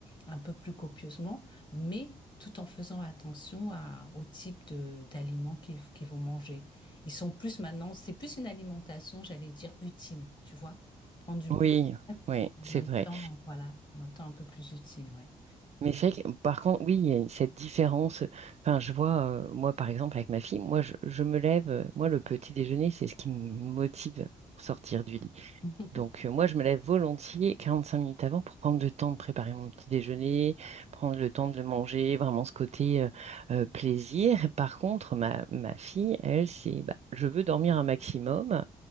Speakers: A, on the left; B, on the right.
A: un peu plus copieusement, mais tout en faisant attention à- au type de, d'aliments qu'ils, qu'ils vont manger. Ils sont plus maintenant, c'est plus une alimentation, j'allais dire, utile, tu vois, prendre du
B: Oui,
A: plaisir
B: oui,
A: en
B: c'est
A: même
B: vrai.
A: temps, voilà, en même temps un peu plus utile, ouais.
B: Mais c'est vrai que par contre, oui, il y a cette différence. Enfin, je vois, euh, moi par exemple avec ma fille, moi je, je me lève, euh, moi le petit déjeuner, c'est ce qui me motive pour sortir du lit.
A: <laughs>
B: Donc, euh, moi, je me lève volontiers 45 minutes avant pour prendre le temps de préparer mon petit déjeuner, prendre le temps de le manger, vraiment ce côté euh, euh, plaisir. Par contre, ma, ma fille, elle, c'est bah, je veux dormir un maximum.